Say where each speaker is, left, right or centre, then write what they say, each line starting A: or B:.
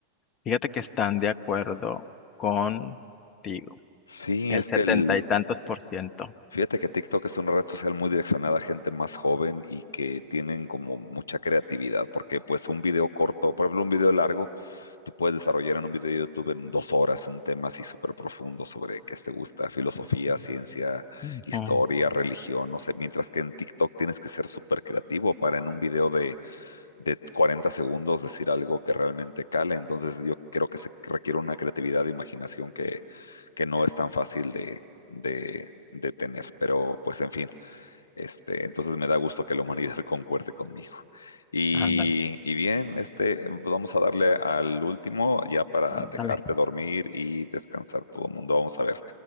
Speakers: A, on the left; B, on the left.
A: fíjate que están de acuerdo contigo,
B: Sí,
A: el
B: es
A: setenta
B: que el,
A: y tantos por ciento.
B: Fíjate que TikTok es una red social muy direccionada a gente más joven y que tienen como mucha creatividad, porque pues un video corto, por ejemplo, un video largo, tú puedes desarrollar en un video de YouTube en dos horas un tema así súper profundo sobre qué te gusta, filosofía, ciencia,
A: Ujú,
B: historia, religión, no sé, mientras que en TikTok tienes que ser súper creativo para en un video de de 40 segundos decir algo que realmente cale. Entonces yo creo que se requiere una creatividad de imaginación que, que no es tan fácil de, de, de tener. Pero pues en fin, este, entonces me da gusto que la humanidad <laughs> concuerde conmigo. Y,
A: Ándale,
B: y bien, este, vamos a darle al último ya para
A: ándale.
B: dejarte dormir y descansar todo el mundo. Vamos a ver.